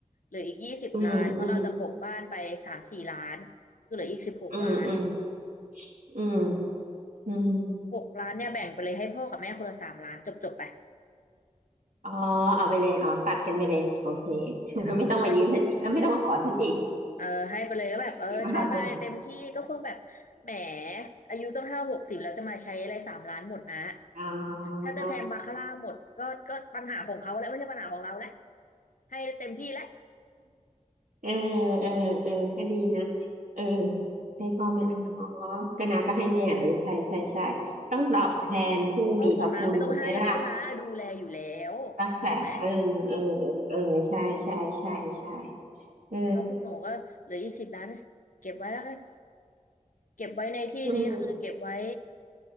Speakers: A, on the left; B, on the right.
A: เหลืออีกยี่สิบล้านเพราะเราจะปะบ้านไปสามสี่ล้านคือเหลืออีกสิบหกล้าน
B: อืมอืมอืมอืมอืมอืมอืม
A: หกล้านเนี่ยแบ่งไปเลยให้พ่อกับแม่คนละสามล้านจบจบไป
B: อ๋อเอาไปเลยอ๋อตัดกันไปเลยโอเค <laughs> ไม่ต้องมายืมฉันอีกแล้วไม่ต้องมาขอฉันอีก
A: ก็เออให้ไปเลยก็แบบเออใช้ไปเลยเต็มที่ก็คงแบบแหม
B: หรือเปล่า
A: อายุต้องเท่าหกสิบแล้วจะมาใช้อะไรสามล้านหมดนะ
B: อ๋อ
A: ถ้าจะแทงบาคาร่าหมดก็ก็ปัญหาของเขาแล้วไม่ใช่ปัญหาของเราแล้วให้เต็มที่แล้ว
B: เออเออเออก็ดีนะเออให้พ่อแม่อ่ะอ๋อก็นาก็ให้แม่เออใช่ใช่ใช่ต้องตอบแทนผู้มีพระคุณถูกไหมล่ะ
A: เพราะของน้าไม่ต้องให้เพราะน้าดูแลอยู่แล้ว
B: รักษาเออเออเออเออใช่ใช่ใช่ใช่
A: ถูกไหม
B: เออ
A: แล้วของหนูก็เหลืออีกสิบล้านนะเก็บไว้แล้วกันเก็บไว้ในที่นี้คือเก็บไว้
B: อืม